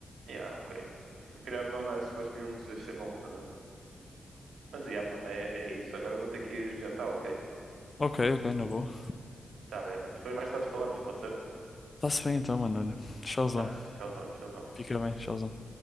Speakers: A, on the right; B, on the left.
A: Yeah, ok. Tipo, querendo ou não, não é suposto nenhum dos dois ser bom, tá a ver? Mas yeah, mano, é, é isso. Agora eu vou ter que ir jantar, ok?
B: Ok, ok, na boa.
A: Tá bem, mano. Depois mais tarde falamos, pode ser?
B: Está-se bem então, mano, olha, tchauzão,
A: Tá, tchauzão, tchauzão.
B: fica bem, tchauzão.